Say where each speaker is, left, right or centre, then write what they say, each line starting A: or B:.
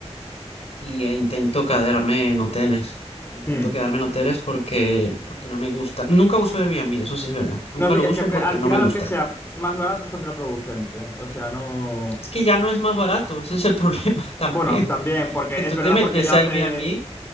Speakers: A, on the left (about 65°); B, on the left (about 20°).
A: Y eh, intento quedarme en hoteles. Intento
B: Mm.
A: quedarme en hoteles porque, porque no me gusta. Nunca uso Airbnb, eso sí es verdad. Nunca
B: No, sí,
A: lo
B: es
A: uso
B: que aunque-
A: porque
B: al
A: no
B: final,
A: me gusta.
B: aunque sea más barato, es contraproducente. O sea, no.
A: Es que ya no es más barato, ese es el <laughs> problema también.
B: Bueno, también, porque
A: Que tú
B: es verdad,
A: te metes
B: porque yo
A: a
B: hace,
A: Airbnb,